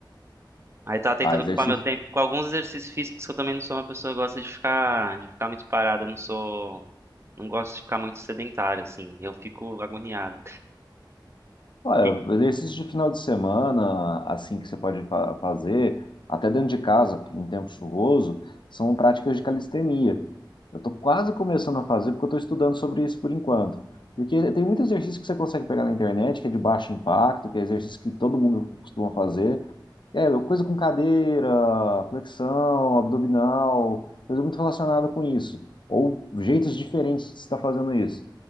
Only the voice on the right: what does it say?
aí tava tentando
ocupar meu tempo com alguns exercícios físicos que eu também não sou uma pessoa que gosta de ficar, de ficar muito parada, eu não sou, não gosto de ficar muito sedentário assim. Eu fico agoniado.
Que-